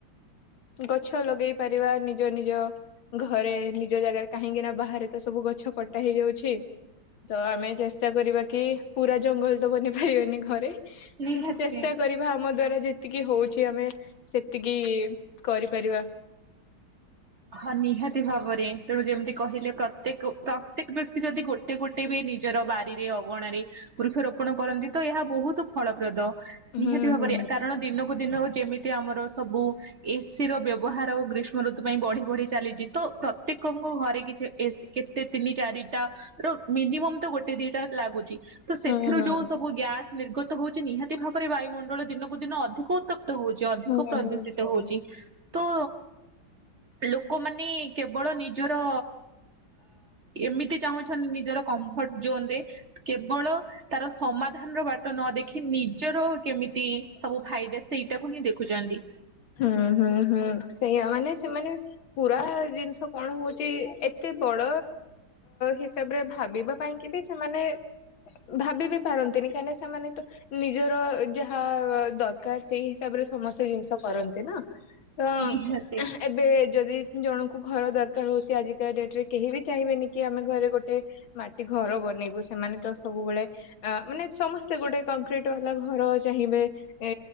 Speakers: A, on the left; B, on the right.
A: ଗଛ ଲଗେଇ ପାରିବା ନିଜ ନିଜ ଘରେ ନିଜ ଜାଗାରେ କାହିଁକି ନା ବାହାରେ ତ ସବୁ ଗଛ କଟା ହେଇଯାଉଛି ତ ଆମେ ଚେଷ୍ଟା କରିବା କି ପୁରା ଜଙ୍ଗଲ ତ ବନି ପାରିବେନି ଘରେ
B: ନିହାତି।
A: କିନ୍ତୁ ଚେଷ୍ଟା କରିବା ଆମ ଦ୍ଵାରା ଯେ ଯେତିକି ହଉଛି ଆମେ ସେତିକି କରିପାରିବା।
B: ହଁ ନିହାତି ଭାବରେ ତେଣୁ ଯେମିତି କହିଲେ ପ୍ରତ୍ୟେକ ପ୍ରତ୍ୟେକ ବ୍ୟକ୍ତି ଯଦି ଗୋଟେ ଗୋଟେ ବି ନିଜର ବାରିରେ ଅଗଣାରେ ବୃକ୍ଷରୋପଣ କରନ୍ତି ତ ଏହା ବହୁତ ଫଳପ୍ରଦ। ନିହାତି
A: ହୁଁ
B: ଭାବରେ
A: ହୁଁ
B: କାରଣ ଦିନକୁ ଦିନ ଯେମିତି ଆମର ସବୁ ଏସିି ର ବ୍ୟବହାର ଗ୍ରୀଷ୍ମ ଋତୁ ପାଇଁ ବଢିବ ବଢି ଚାଲିଛି ତ ପ୍ରତ୍ୟେକଙ୍କ ଘରେ କିଛି ଏସି କେତେ ତିନି ଚାରିଟା ର ମିନିମମ୍ ତ ଗୋଟେ ଦିଟା ଲାଗୁଛି। ତ ସେଥିରୁ
A: ହୁଁ ହୁଁ
B: ଯୋଉ ସବୁ ଗ୍ୟାସ୍ ନିର୍ଗତ ହଉଛି ନିହାତି ଭାବରେ ବାୟୁମଣ୍ଡଳ ଦିନକୁ ଦିନ ଅଧିକ ଉତ୍ତପ୍ତ ହଉଛି ଅଧିକ
A: ହୁଁ
B: ପ୍ରଦୂଷିତ
A: ହୁଁ ହୁଁ
B: ହଉଛି ତ ଲୋକମାନେ କେବଳ ନିଜର ଏମିତି ଚାହୁଁଛନ୍ତି ନିଜର କମ୍ଫର୍ଟ ଜୋନ ରେ କେବଳ ତାର ସମାଧାନର ବାଟ ନ ଦେଖି ନିଜର କେମିତି ସବୁ ଫାଇଦ ସେଇଟା ହିଁ ଦେଖୁଛନ୍ତି
A: ହୁଁ ହୁଁ ହୁଁ ସେଇଆା ମାନେ ସେମାନେ ପୁରା ଜିନିଷ କଣ ହଉଛି ଏତେ ବଡ ହିସାବରେ ଭାବିବା ପାଇଁକ ବି ସେମାନେ ଭାବି ବି ପାରନ୍ତିନି କାହିଁକିନା ସେମାନେ ତ ନିଜର ଯାହା ଦରକାର ସେଇ ହିସାବରେ ସମସ୍ତେ ଜିନିଷ କରନ୍ତି ନା ତ
B: ନିହାତି
A: ଏବେ ଯଦି ଜଣଙ୍କୁ ଘର ଦରକାର ହଉ। ସେ ଆଜିକା ଡେଟ୍ ରେ କେହି ବି ଚାହିଁବେନି କି ଆମେ ଘରେ ଗୋଟେ ମାଟି ଘର ବନେଇବୁ। ସେମାନେ ତ ସବୁବେଳେ ଆ ମାନେ ସମସ୍ତେ ଗୋଟେ କଂକ୍ରିଟ ବାଲା ଘର ଚାହିଁବେ ଏ